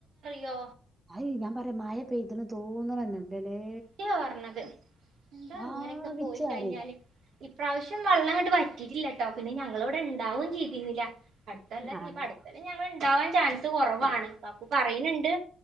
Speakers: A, on the right; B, on the right.
A: യോ
B: അയ് ഞാൻ പറയാം മഴ പെയ്ത്ണ് തോന്ന്ണെന്നെല്ലല്ലേ
A: ത്യവാ പറഞ്ഞത് എന്താ ഇങ്ങനെയൊക്കെ
B: ആവിച്ചാറ്
A: പോയി കഴിഞ്ഞാല് ഇപ്രാവശ്യം വെള്ളംങ്ങട്ട് വറ്റിറ്റില്ല ട്ടോ പിന്നെ ഞങ്ങള് ഇവ്ടെ ഇണ്ടാവും ചെയ്തിന്നില്ല അട്ത്തകൊല്ലം ഞ്ഞിപ്പാ
B: ആഹ് ആഹ്
A: അട് ത്ത കൊല്ലം ഞങ്ങള് ഇണ്ടാവാൻ ചാൻസ് കൊറവാണ് കാക്കു പറയ്ണ് ണ്ട്